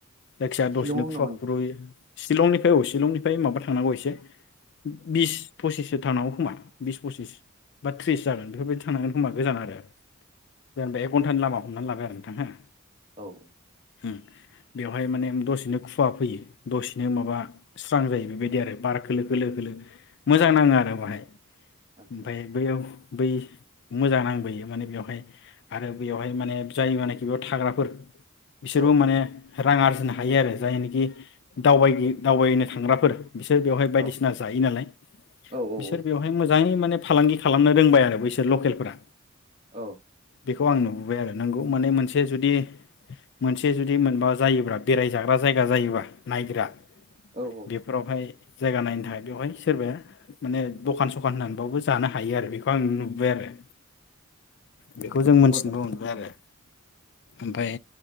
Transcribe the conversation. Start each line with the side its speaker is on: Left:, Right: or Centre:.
Left: जायखिजाया द'सेनो
Right: शिलंआव
Left: खुवा
Right: नामा नोंथां
Left: खुर'यो शिलंनिफ्राय औ शिलंनिफ्राय माबा थांनांगौ एसे बिस पसिससो थांनांगौ खोमा बिस पसिस बा थ्रिस जागोन बेफोरबायदि थांनांगोन खोमा गोजान आरो जेनेबा एक घन्टानि लामा हमनानै लाबाय आरो नोंथां हो
Right: औ औ
Left: हुम बेयाव हाय माने दसेनो खुवा फैयो दसेनो माबा स्रां जायो बेबायदि आरो बार खोलो खोलो खोलो मोजां नाङो आरो बाहाय
Right: आदसा
Left: ओमफफ्राय बैयाव बै मोजां नांबोयो माने बेवहाय आरो बैयावहाय माने जायबानाखि बेयाव थाग्राफोर बिसोरबो
Right: औ
Left: माने रां आरजिनो हायो आरो जायनोखि दावबायगि दावबायनो थांग्राफोर बिसोर बेवहाय बायदिसिना
Right: औ
Left: जायो नालाय
Right: औ औ
Left: बिसोर बेवहाय मोजाङै माने फालांगि खालामनो रोंबाय आरो बैसोर लकेलफोरा
Right: औ
Left: बिखौ आं नुबोबाय आरो नोंगौ माने मोनसे जुदि मोनसे जुदि मोनबा जायोब्ला बेराय जाग्रा जायगा जायोब्लाा नायग्रा
Right: औ औ
Left: बेफोरावहाय जायगा नायनो थाखाय बेवहाय सोरबाया माने दखान सखान होनानैबावबो जानो हायो आरो बिखौ आं नुबाय आरो बिखौ जों मोनथिनोबो
Right: हजों
Left: मोनबाय आरो ओमफाय